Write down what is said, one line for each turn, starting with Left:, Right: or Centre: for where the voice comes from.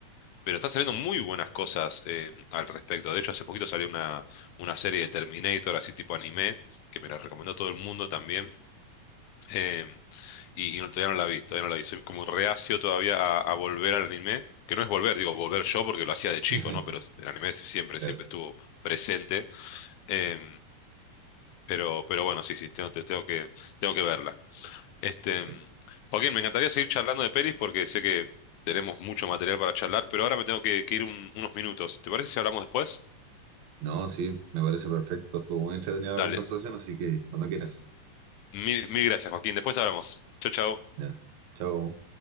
Left: Pero están saliendo muy buenas cosas eh, al respecto. De hecho, hace poquito salió una, una serie de Terminator, así tipo anime, que me la recomendó todo el mundo también. eh, y, y no, todavía no la vi, todavía no la vi. Soy como reacio todavía a, a volver al anime. Que no es volver, digo, volver yo porque lo hacía de chico,
Right: <laughs>
Left: ¿no? Pero el anime siempre,
Right: Claro,
Left: siempre estuvo presente. eh, pero, pero bueno, sí, sí, tengo, te- tengo que, tengo que verla. Este,
Right: sí.
Left: Joaquín, me encantaría seguir charlando de pelis porque sé que tenemos mucho material para charlar, pero ahora me tengo que, que ir un- unos minutos. ¿Te parece si hablamos después?
Right: No, sí, me parece perfecto. Estuvo muy entretenida la
Left: Dale,
Right: conversación, así que cuando quieras.
Left: mil, mil gracias, Joaquín. Después hablamos. Chau, chau.
Right: Ya. Chao.